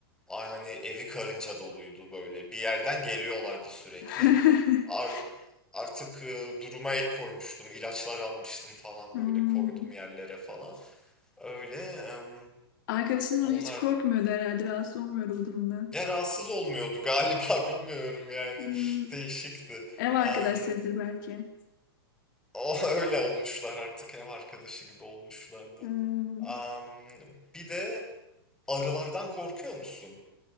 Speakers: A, in the centre; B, on the left (about 55°).
A: Ay, Hani evi karınca doluydu böyle. Bir yerden geliyorlardı sürekli.
B: <laughs>
A: Ar-
B: <gasps>
A: artık e, duruma el koymuştum, ilaçlar almıştım falan
B: Hmm.
A: böyle koydum yerlere falan. Öyle. em,
B: Arkadaşın
A: onlar
B: hiç korkmuyordu herhalde, rahatsız olmuyordu bu durumda.
A: Ya rahatsız olmuyordu galiba <laughs> bilmiyorum yani
B: Hmm.
A: değişikti.
B: Ev arkadaşlarıdır
A: Am,
B: belki.
A: o <laughs> öyle olmuşlar artık ev arkadaşı gibi olmuşlardı.
B: Hmm.
A: Am, bir de arılardan korkuyor musun?